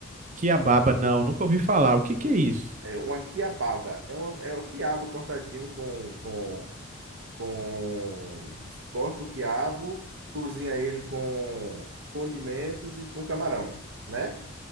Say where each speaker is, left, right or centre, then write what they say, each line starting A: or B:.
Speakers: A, on the right; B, on the right.
A: Quiababa, não, nunca ouvi falar. O que que é isso?
B: É uma quiabada. É, uma, é o quiabo cortadinho com, com com corta o quiabo, cozinha ele com condimentos e com camarão, né?